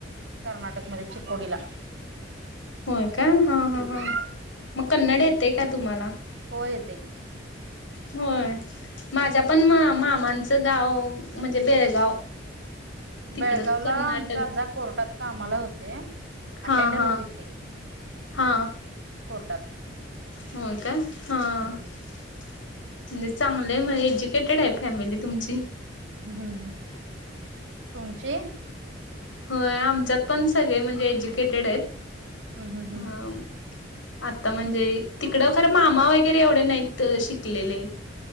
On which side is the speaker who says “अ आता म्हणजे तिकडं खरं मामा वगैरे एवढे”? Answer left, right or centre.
Left